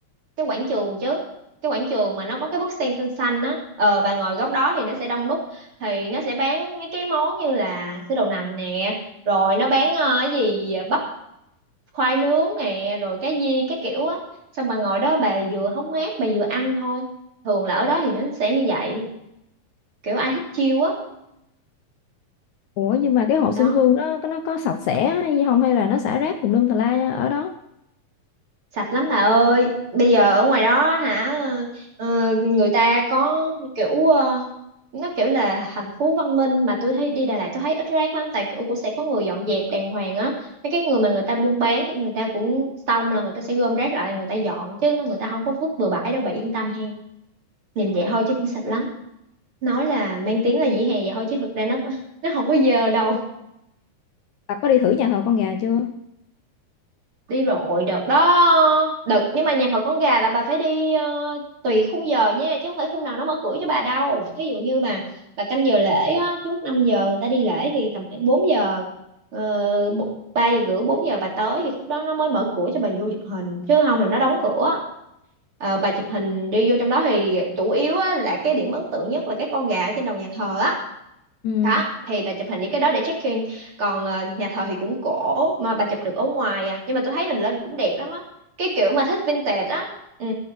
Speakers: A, on the right; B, on the left.
A: cái quảng trường chứ cái quảng trường mà nó có cái búp sen xanh xanh á ờ, bà ngồi góc đó thì nó sẽ đông đúc thì nó sẽ bán mấy cái món như là sữa đậu nành nè rồi nó bán ờ, cái gì ờ, bắp khoai nướng nè rồi cá viên cái kiểu á xong bà ngồi đó bà vừa hóng mát bà vừa ăn thôi thường là ở đó thì nó sẽ như vậy kiểu ai thích chiêu á
B: ủa nhưng mà cái hồ Xuân
A: đó
B: Hương đó có- nó có sạch sẽ hay không hay là nó xả rác tùm lum tà la ở đó
A: sạch lắm bà ơi bây giờ ở ngoài đó hả ờ, người ta có kiểu ờ, nó kiểu là thành phố văn minh mà tôi thấy đi Đà Lạt tôi thấy ít rác lắm tại kiểu cũng sẽ có người dọn dẹp đàng hoàng á mấy cái người mà người ta buôn bán thì người ta cũng xong là người ta sẽ gom rác lại người ta dọn chứ nó người ta không có vứt bừa bãi đâu bà yên tâm hen nhìn vậy thôi chứ cũng sạch lắm nói là mang tiếng là vỉa hè vậy thôi chứ thực ra nó nó không có giờ đâu
B: bà có đi thử nhà thờ con gà chưa
A: đi rồi đợt đó đợt nhưng mà nhà thờ con gà là bà phải đi ờ, tùy khung giờ nha chứ không phải khung nào nó mở cửa cho bà đâu ví dụ như bà bà canh giờ lễ á, trước 5 giờ người ta đi lễ thì tầm khoảng bốn giờ uh, 3 giờ rưỡi 4 giờ bà tới thì lúc đó nó mới mở cửa cho bà vô chụp hình chứ không là nó đóng cửa Ờ, bà chụp hình đi vô trong đó thì chủ yếu á, là cái điểm ấn tượng nhất là cái con gà ở trên đầu nhà thờ á
B: ừ.
A: đó thì bà chụp hình những cái đó để check in còn ờ, nhà thờ thì cũng cổ mà bà chụp được ở ngoài à nhưng mà tôi thấy hình lên cũng đẹp lắm á cái kiểu mà thích vintage á ừ